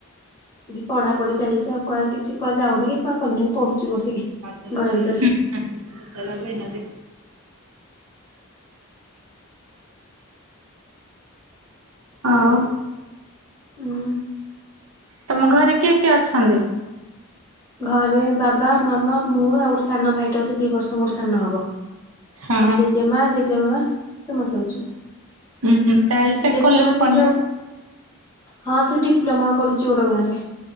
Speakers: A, on the left; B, on the right.
A: କି ପଢା ପଢି ଚାଲିଛି ଆଉ କୁହା କିଛି କୁହା ଯାଉନି କି କୁହା କରୁନି ପଢୁଛି ବସିକି।
B: ହୁ ହୁ।
A: ଘର ଭିତରେ।
B: ତାରା ବଇନା ଆଉ?
A: ଉଁ
B: ତମ ଘରେ କିଏ କିଏ ଅଛନ୍ତି?
A: ଘରେ ବାବା ମାମା ମୁଁ ଆଉ ଗୋଟେ ସାନ ଭାଇଟଟେଅଛି ଦି ବର୍ଷ ମୋ ଠୁ ସାନ ହବ।
B: ହଁ
A: ଆଉ ଜେଜେ ମା ଜେଜେ ବାବା ସମସ୍ତେ ଅଛୁ।
B: ଉଁ ହୁଁ ତାହେଲେ ସେ
A: ଜେଜ
B: କଲେଜ
A: ମା
B: ପଢିବା
A: ଜେଜେ ବାପା ହଁ ସେ ଡିପ୍ଲୋମା କରୁଛି ଓଡୋ ଗାଁ ରେ।